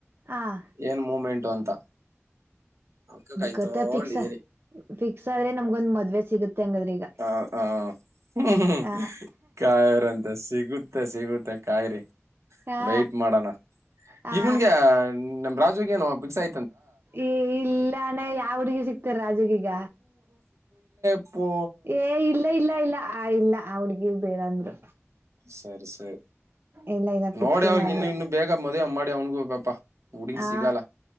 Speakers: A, on the right (about 50°); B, on the right (about 75°).
A: ಹ
B: ಏನ್ ಮೂಮೆಂಟು ಅಂತ ಅದಕ್ಕೆ ಕಾಯ್ತೊಂಡಿದೀನಿ
A: ಗತ್ತ ಫಿಕ್ಸ್ ಫಿಕ್ಸ್ ಆದ್ರೆ ನಮ್ಗೊಂದ್ ಮದ್ವೆ ಸಿಗುತ್ತೆ ಹಂಗಾದ್ರೆ ಈಗ
B: ಹ ಹ
A: ಹ
B: ಕಾಯ್ರ ಅಂತ ಸಿಗುತ್ತೆ ಸಿಗುತ್ತೆ ಕಾಯರಿಿ
A: ಹಾ
B: ವೈಟ್ ಮಾಡೋಣ
A: ಹಾ
B: ಇವನ್ಗೆ ನಮ ರಾಜು ಏೋಫಿಸ್ಯ
A: ಏ ಇಲ್ಲಾನ ಯಾವಡಗ ಸಿಕ್ತಾರ ರಾಜಗೀಗ
B: ಪ್ಪು
A: ಏ ಇಲ್ಲ ಇಲ್ಲ ಇಲ್ಲ ಆ ಇಲ್ಲ ಅವಳಿಗೆ ಹಾಗ ಬೇಡಂದ್ರು
B: ಸರಿ ಸರಿ
A: ಇಲ್ಲ ಇಲ್ಲ ಫಿಕ್ಸ್
B: ನೋಡಿ
A: ಏನ
B: ಅವ್ರಗ
A: ಆಗಿಲ್ಲ
B: ಇನ್ನು ಇನ್ನು ಬೇಗ ಮದ್ೆ ಮಾಡಿ ಅವನಗೂಪ ಹುಡುಗಿಲ್
A: ಆ
B: ಸಿಗಲ್ಲ